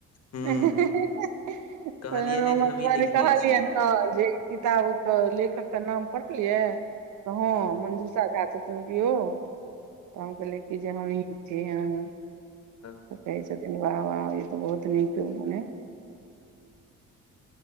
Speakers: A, on the left (about 55°); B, on the right (about 75°).
A: हूँ
B: तऽ
A: कहलियै नहि
B: मतलब
A: जे हमही लिखने
B: कहलियै
A: छी
B: न हँ जे किताब कऽ लेखक कऽ नाम पढ़लियै तऽ, हँ
A: हूँ
B: मंजुषा झा तभिओ तऽ हम कहले कि जे हम जी हं
A: हँ
B: कहै छथिन वाह - वाह ई तऽ बहुत नीक मने